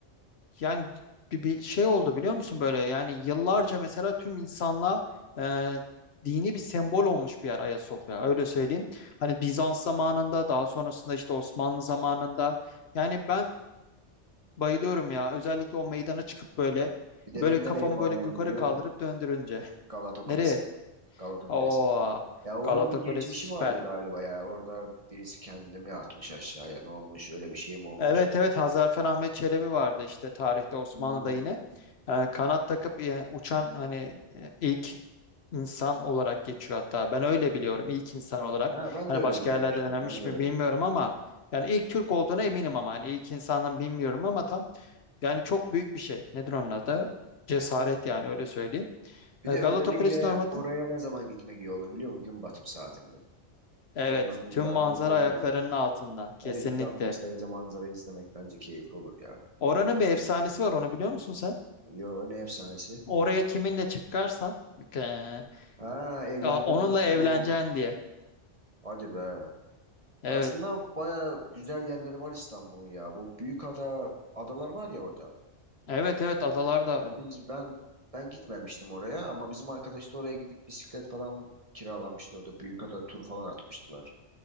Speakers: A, on the left; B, on the right.
A: yani bir, bir şey oldu biliyor musun böyle yani yıllarca mesela tüm insanlığa e, dini bir sembol olmuş bir yer Ayasofya öyle söyleyeyim. Hani Bizans zamanında daha sonrasında işte Osmanlı zamanında yani ben bayılıyorum ya özellikle o meydana çıkıp böyle
B: Bir de
A: böyle
B: ben
A: kafamı
B: nereye bağlıyorum
A: böyle yukarı
B: biliyor
A: kaldırıp
B: musun?
A: döndürünce.
B: Galata
A: <laughs>
B: Kulesi'ne.
A: Nereye?
B: Galata Kulesi.
A: Oo
B: Ya onun
A: Galata
B: bir
A: Kulesi
B: geçmişi
A: süper.
B: vardı galiba ya. Orada birisi kendini atmış aşağıya. Ne olmuş? Öyle bir şey mi olmuş?
A: Evet evet Hazarfen Ahmet Çelebi vardı işte tarihte Osmanlı'da
B: Hmm.
A: yine. Ee, kanat takıp e, uçan hani e, ilk insan olarak geçiyor hatta. Ben öyle biliyorum ilk insan olarak.
B: Ha, ben
A: Hani
B: de öyle
A: başka
B: duymuştum.
A: yerlerde denenmiş
B: Ben de öyle
A: mi bilmiyorum
B: duymuştum.
A: ama yani ilk Türk olduğuna eminim ama hani ilk insandan bilmiyorum ama tam yani çok büyük bir şey. Nedir onun adı? Cesaret yani öyle söyleyeyim.
B: Bir
A: Ee,
B: de
A: Galata
B: özellikle
A: Kulesi'nin ormanı.
B: oraya ne zaman gitmek iyi olur biliyor musun? Gün batım saatinde.
A: Evet,
B: Gün batımı
A: tüm
B: saatinde
A: manzara
B: çok
A: ayaklarının
B: iyiydi.
A: altında kesinlikle.
B: Ya, 360 derece manzarayı izlemek bence keyifli olur ya.
A: Oranın bir efsanesi var onu biliyor musun sen?
B: Yo ne efsanesi?
A: Oraya kiminle çıkarsan eee,
B: Ha evleneceğin
A: ya onunla
B: anki
A: evleneceksin
B: olmuş.
A: diye.
B: Hadi be.
A: Evet.
B: Aslında baya güzel yerleri var İstanbul'un ya. Bu büyük ada adalar var ya orada.
A: Evet evet adalarda.
B: Ya biz ben ben gitmemiştim oraya ama bizim arkadaş da oraya gidip bisiklet falan kiralamıştı orada. Büyükada tur falan atmıştılar.